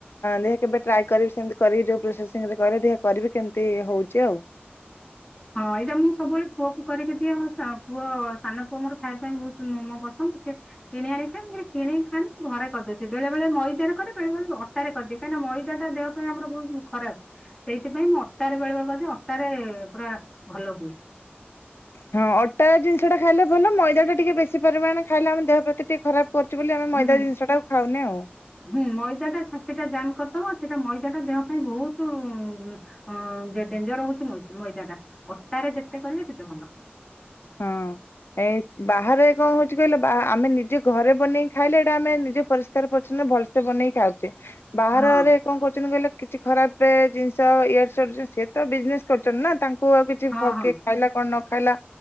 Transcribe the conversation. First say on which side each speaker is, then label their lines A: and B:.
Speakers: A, on the left (about 70°); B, on the left (about 20°).
A: ଦେଖିବା କେବେ ଟ୍ରାଏ କରିବି ସେମିତି କରିବି ଯଉ ପ୍ରୋସେସିଙ୍ଗ ରେ କହିଲେ କରିବି କେମିତି ହୋଉଛି ଆଉ।
B: ହଁ ଏଇଟା ମୁଁ ସବୁବେଳେ ପୁଅକୁ କରିକି ଦିଏ ପୁଅ ସାନ ପୁଅ ମୋର ଖାଇବା ପାଇଁ ବହୁତ ମୋମୋ ପ ସନ୍ଦ ସେ କିଣି ଆଣ ଖଏ ମୁଁ କହିଲି କିଣିକି ଖାନା ଘରେ କରିଦଉଛି। ବେଳେବେଳେ ମଇଦାରେ କରେ ବେଳେବେଳେ ଅଟାରେ କ କାହିଁକିନା ମଇଦାଟା ଦେହ ପାଇଁ ଆମର ବହୁତ ଖରାପ ସେଇଥିପାଇଁ ମୁଁ ଅଟାରେ ବେଳେବେଳେ କରି ଦିଏ ଅଟାରେ ପୁରା ଭଲ ହୁଏ।
A: ହଁ ଅଟା ଜିନିଷ ଟା ଖାଇଲେ ଭଲ ମଇଦା ଟା ଟିକେ ବେଶୀ ପରିମାଣ ଖାଇଲେ ଆମ ଦେହ ପ୍ରତିି ଟିକେ ଖରାପ କରୁଛି ବୋଲି ଆମେ
B: ହୁଁ
A: ମଇଦା ଜିନିଷ ଟାକୁ ଖାଉନେ ଆଉ।
B: ହୁଁ ମଇଦାଟା ଛାତି ଟା ଜାମ୍ କରିଦବ ସେଟା ମଇଦାଟା ଦେହ ପାଇଁ ବହୁତ ଉଁ ଉଁ ଡେଞ୍ଜର ହେଉଛି ମଇଦା ଟା ଅଟାରେ ଯେତେ କରିବେ ସେତେ ଭଲ।
A: ହଁ। ଏ ବାହାରେ କଣ ହଉଛି କହିଲେ ଆମେ ନିଜେ ଘରେ ବନେଇକି ଖାଇଲେ ଏଇଟା ଆମେ ନିଜ ପରିଷ୍କାର ପରିଚ୍ଛନ୍ନ ଭଲ୍ସେ ବନେଇ ଖାଉଛେ ବାହାରରେ
B: ହଁ
A: କଣ କରୁଛନ୍ତି କହିଲ କିଛି ଖରାପ ଜିନିଷ ୟାଡୁସ୍ୟାଡୁ ଜିନିଷ ସିଏ ତ ବିଜ୍ନେସ୍ କରୁଛନ୍ତି ନା ତା କୁ ଆଉ କିଛି
B: ହଁ
A: ଫକି
B: ହଁ
A: ଖାଇଲା କଣ ନ ଖାଇଲା